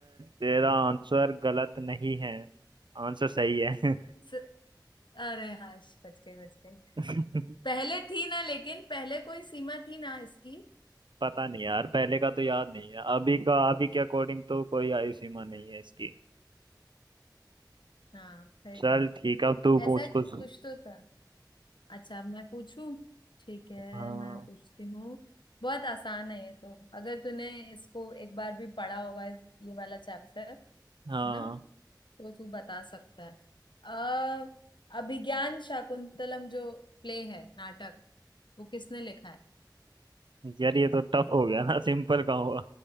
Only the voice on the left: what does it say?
स, अरे हाँ बच गई बच गई
पहले थी ना लेकिन पहले कोई सीमा थी ना इसकी
हाँ फिर
ठीक है
ऐसा
कुछ तो था अच्छा अब मैं पूछूं ठीक है
मैं पूछती हूँ बहुत आसान है ये तो अगर तूने इसको एक बार भी पढ़ा होगा ये वाला चैप्टर
है ना तो तू बता सकता है अ अभिज्ञान शाकुंतलम जो प्ले है नाटक वो किसने लिखा है